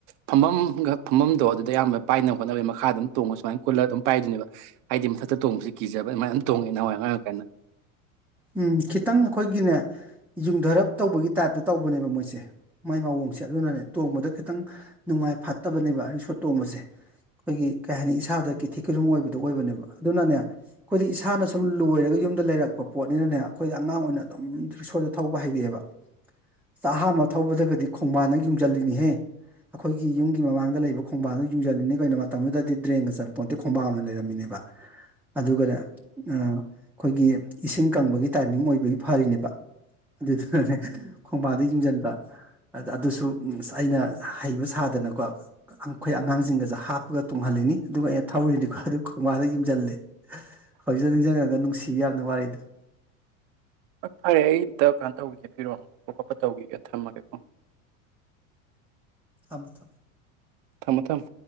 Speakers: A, on the right (about 60°); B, in the centre.
A: ꯐꯝꯐꯝꯒ ꯐꯝꯐꯝꯗꯣ ꯑꯗꯨꯗ ꯑꯌꯥꯝꯕ ꯄꯥꯏꯅꯕ ꯍꯣꯠꯅꯅꯕꯩ ꯃꯈꯥ ꯑꯗꯨꯝ ꯇꯣꯡꯉ ꯁꯨꯃꯥꯏꯅ ꯀꯨꯜꯂꯔ ꯑꯗꯨꯝ ꯄꯥꯏꯗꯨꯣꯏꯅꯦꯕ ꯍꯥꯏꯗꯤ ꯃꯊꯛꯇ ꯇꯣꯡꯕꯁꯤ ꯀꯤꯖꯕ ꯑꯗꯨꯃꯥꯏꯅ ꯇꯣꯡꯉꯦ ꯅꯍꯋꯥꯏ ꯑꯉꯥꯡ ꯑꯣꯏꯀꯥꯟꯗ
B: ꯎꯝ ꯈꯤꯇꯪ ꯑꯩꯈꯣꯏꯒꯤꯅꯦ ꯌꯨꯡꯊꯔꯞ ꯇꯧꯕꯒꯤ ꯇꯥꯏꯞꯇ ꯇꯧꯕꯅꯦꯕ ꯃꯣꯏꯖꯦ ꯃꯥꯏ ꯃꯋꯣꯡꯁꯦ ꯑꯗꯨꯅꯅꯦ ꯇꯣꯡꯕꯗ ꯈꯤꯇꯪ ꯅꯨꯡꯉꯥꯏ ꯐꯠꯇꯕꯅꯦꯕ ꯔꯤꯛꯁꯣ ꯇꯣꯡꯕꯁꯦ ꯑꯩꯈꯣꯏꯒꯤ ꯀꯩ ꯍꯥꯏꯅꯤ ꯏꯁꯥꯗ ꯀꯤꯊꯤ ꯀꯤꯔꯨꯝ ꯑꯣꯏꯕꯗꯣ ꯑꯣꯏꯕꯅꯦꯕ ꯑꯗꯨꯅꯅꯦ ꯑꯩꯈꯣꯏꯗꯤ ꯏꯁꯥꯅ ꯁꯨꯝ ꯂꯣꯏꯔꯒ ꯌꯨꯝꯗ ꯂꯩꯔꯛꯄ ꯄꯣꯠꯅꯤꯅꯅꯦ ꯑꯩꯈꯣꯏꯒꯤ ꯑꯉꯥꯡ ꯑꯣꯏꯅ ꯑꯗꯨꯝ ꯔꯤꯛꯁꯣꯖꯦ ꯊꯧꯕ ꯍꯩꯔꯛꯑꯦꯕ ꯑꯁ ꯑꯥꯍꯟꯕ ꯊꯧꯕꯗꯒꯗꯤ ꯈꯣꯡꯕꯥꯟꯗ ꯌꯨꯝꯁꯤꯜꯂꯤꯅꯤꯍꯦ ꯑꯩꯈꯣꯏꯒꯤ ꯌꯨꯝꯒꯤ ꯃꯃꯥꯡꯗ ꯂꯩꯕ ꯈꯣꯡꯕꯥꯟꯗꯨ ꯌꯨꯡꯁꯤꯜꯂꯤꯅꯤ ꯀꯩꯅꯣ ꯃꯇꯝꯗꯨꯗꯗꯤ ꯗ꯭ꯔꯦꯟꯒ ꯆꯜꯂꯝꯄꯣꯟꯇꯦ ꯈꯣꯡꯕꯥꯟ ꯑꯣꯏꯅ ꯂꯩꯔꯝꯃꯤ ꯃꯤꯅꯦꯕ ꯑꯗꯨꯒꯅꯦ ꯑꯥ ꯈꯣꯏꯒꯤ ꯏꯁꯤꯡ ꯀꯪꯕꯒꯤ ꯇꯥꯏꯃꯤꯡ ꯑꯣꯏꯕꯒꯤ ꯐꯔꯤꯅꯦꯕ ꯑꯗꯨꯗꯨꯅꯅꯦ ꯈꯣꯡꯕꯥꯟꯗ ꯌꯨꯡꯖꯟꯕ ꯑꯗꯨꯁꯨ ꯑꯩꯅ ꯍꯩꯕ ꯁꯥꯗꯅꯀꯣ ꯑꯩꯈꯣꯏ ꯑꯉꯥꯡꯁ꯫ꯖꯤꯡꯒꯖꯨ ꯍꯥꯞꯄꯒ ꯇꯣꯡꯍꯜꯂꯤꯅꯤ ꯑꯗꯨꯒ ꯑꯩꯅ ꯊꯧꯔꯤꯅꯤꯀꯣ ꯈꯣꯡꯕꯥꯡꯗ ꯌꯨꯝꯁꯤꯜꯂꯦ ꯍꯧꯖꯤꯛ ꯅꯤꯡꯁꯤꯡꯉꯒ ꯅꯨꯡꯁꯤ ꯌꯥꯝꯅ ꯋꯥꯔꯤꯗꯨ
A: ꯍꯣꯏ ꯐꯔꯦ ꯑꯩ ꯑꯝꯇꯥ ꯀꯩꯅꯥꯏꯣ ꯇꯧꯈꯤꯒꯦ ꯐꯤꯔꯣꯟ ꯍꯣꯡꯗꯣꯛꯄ ꯈꯣꯠꯄꯥ ꯇꯧꯈꯤꯒꯦ ꯊꯝꯃꯒꯦꯀꯣ
B: ꯊꯝꯃꯣ ꯊꯝꯃꯣ
A: ꯊꯝꯃꯣ ꯊꯝꯃꯣ